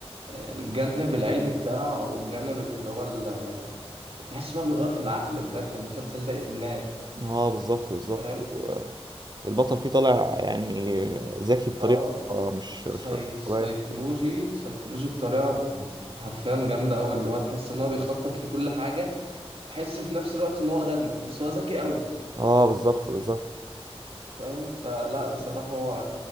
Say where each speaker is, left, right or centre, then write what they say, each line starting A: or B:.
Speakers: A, on the right (about 60°); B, on the right (about 40°).
A: آه، الجانب العلمي بتاعه أو الجانب اللي هو ال- آه، تحس إن هو بيغير في العقل بجد المسلسل ده إدمان
B: اه بالظبط بالظبط
A: فاهم
B: والبطل فيه طالع يعني ذكي بطريقة
A: اه
B: آه، مش مش
A: ساي... سايكولوجي
B: طبيعية
A: سايكولوجي بطريقة حرفيا جامدة أوي اللي هو تحس إن هو بيخطط لكل حاجة تحس في نفس الوقت إن هو غبي بس هو ذكي أوي
B: اه بالظبط بالظبط
A: فاهم فلا بصراحة هو